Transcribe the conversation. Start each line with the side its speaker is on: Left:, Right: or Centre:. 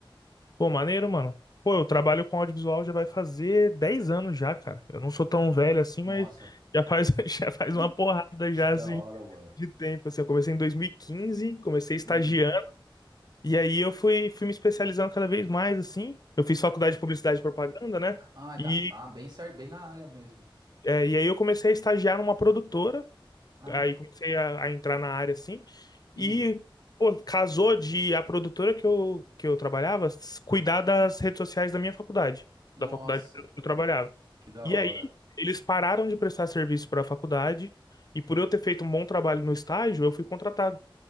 Left: Pô, maneiro, mano. Pô, eu trabalho com audiovisual já vai fazer 10 anos já, cara. Eu não sou tão velho assim,
Right: Nossa,
Left: mas já faz, <laughs> já faz
Right: <laughs>
Left: uma porrada
Right: que, que
Left: já,
Right: da
Left: assim,
Right: hora, mano.
Left: de tempo. Assim, eu comecei em 2015, comecei estagiando,
Right: Hum.
Left: e aí eu fui, fui me especializando cada vez mais, assim. Eu fiz faculdade de publicidade e propaganda, né?
Right: Ah, dá,
Left: E,
Right: ah, bem certo, bem na área mesmo.
Left: é, e aí eu comecei a estagiar numa produtora,
Right: Ah,
Left: Aí
Right: da-
Left: comecei a, a entrar na área assim.
Right: hum,
Left: E, pô, casou de a produtora que eu, que eu trabalhava s- cuidar das redes sociais da minha faculdade,
Right: nossa,
Left: da faculdade que eu trabalhava.
Right: que da
Left: E
Right: hora.
Left: aí eles pararam de prestar serviço para a faculdade. E por eu ter feito um bom trabalho no estágio, eu fui contratado.